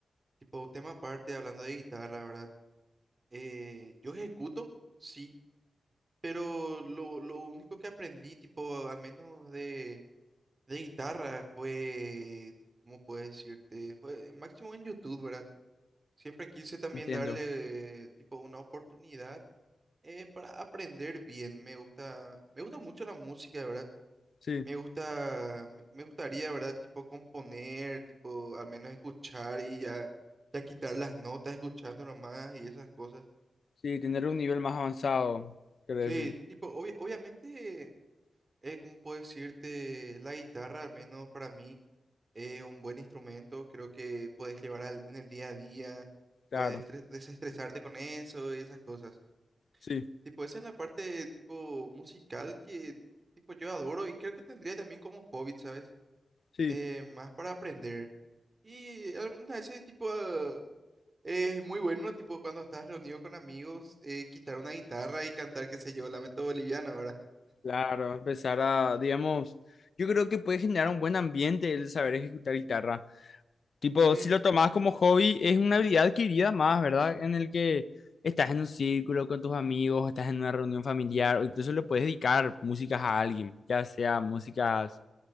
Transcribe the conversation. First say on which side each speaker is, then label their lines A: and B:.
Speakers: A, on the right (about 40°); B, on the left (about 65°).
A: tipo un tema aparte, hablando de guitarra, ¿verdad? Eh, yo ejecuto, sí, pero lo, lo único que aprendí, tipo, al menos de, de guitarra, fue, ¿cómo puedo decirte? Fue eh, máximo en YouTube, ¿verdad? Siempre quise también
B: Entiendo.
A: darle, tipo, una oportunidad eh, para aprender bien. Me gusta, me gusta mucho la música, ¿verdad?
B: Sí,
A: Me gusta, me me gustaría, ¿verdad? Tipo componer, tipo al menos escuchar y ya, ya quitar las notas escuchando nomás y esas cosas.
B: sí, tener un nivel más avanzado, quiero
A: Sí,
B: decir.
A: tipo, obvia- obviamente, eh, ¿cómo puedo decirte? La guitarra, al menos para mí, es un buen instrumento. Creo que puedes llevar al- en el día a día,
B: Claro,
A: puedes estres- desestresarte con eso y esas cosas.
B: sí.
A: Tipo, esa es la parte, tipo, musical que, tipo, yo adoro y creo que tendría también como hobby, ¿sabes?
B: Sí.
A: Eh, más para aprender. Y alguna ese tipo eh, es muy bueno, tipo cuando estás reunido con amigos, eh, quitar una guitarra y cantar, qué sé yo, Lamento Boliviano ahora.
B: Claro, empezar a, digamos, yo creo que puede generar un buen ambiente el saber ejecutar guitarra. Tipo,
A: Sí,
B: si lo tomás como hobby, es una habilidad adquirida más, ¿verdad? En el que estás en un círculo con tus amigos, estás en una reunión familiar, o incluso le puedes dedicar músicas a alguien, ya sea músicas,